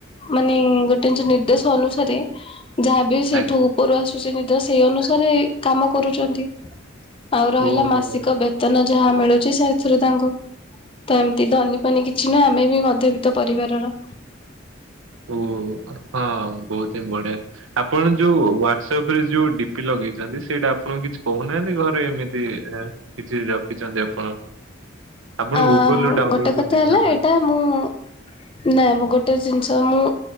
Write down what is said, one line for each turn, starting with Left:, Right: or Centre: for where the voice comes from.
Left: ମାନେ <unintelligible> ନିର୍ଦ୍ଦେଶ ଅନୁସାରେ?
Right: <inaudible>
Left: ଯାହାବି ସେଠୁ
Right: ଆଜ୍ଞା।
Left: ଉପରୁ ଆସୁଛି ନିଦ ସେଇ ଅନୁସାରେ କାମ କରୁଛନ୍ତି। ଆଉ ରହିଲା
Right: ଓହୋ
Left: ମାସିକ ବେତନ ଯାହା ମିଳୁଛି ସେଥିରୁ ତାଙ୍କୁ ତ ଏମିତି ଧନି ପନି କିଛି ନୁହଁ, ଆମେ ବି ମଧ୍ୟବିତ୍ତ ପରିବାରର।
Right: ଓ ହଁ ବହୁତ ହିଁ ବଢିଆ। ଆପଣ ଯୋଉ ୱା ସେ ଉପରେ ଯୋଉ ଡିପି ଲଗେଇଛନ୍ତି, ସେଇଟା ଆପଣଙ୍କୁ କିଛି କହୁନାହାନ୍ତି ଘରେ ଏମିତି? କିଛି ରଖିଛନ୍ତି ଆପଣ। ଆପଣ
Left: ଆ
Right: ଗୁଗୁଲ ରୁ ଡାଉନଲୋଡ
Left: ଗୋଟେ କଥା
Right: କରିଦେଇଥାନ୍ତେ।
Left: ହେଲା ଏଇଟା
Right: <inaudible>
Left: ମୁଁ ନା ମୁଁ ଗୋଟେ ଜିନିଷ ମୁଁ